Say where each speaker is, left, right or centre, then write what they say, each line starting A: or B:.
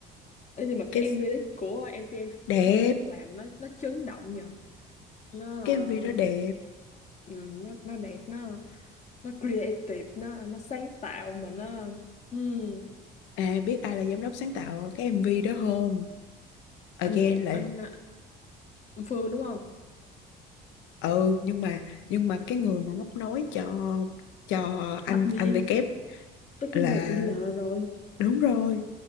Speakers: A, on the left (about 40°); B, on the left (about 80°).
A: Ê, nhưng mà
B: cái
A: cái MV đó của MTNT
B: đẹp
A: Nhạc làm nó nó chấn động nhờ nó ờ,
B: cái MV đó đẹp
A: ừ, nó nó đẹp nó nó creative nó nó sáng tạo mà nó ừm,
B: à biết ai là giám đốc sáng tạo cái MV đó không again
A: anh Vũ
B: lại
A: anh, ờ, anh Phương đúng không
B: ừ nhưng mà nhưng mà cái người mà móc nối cho cho anh
A: tất nhiên
B: anh V kép
A: tất
B: là
A: nhiên là chị L rồi
B: đúng rồi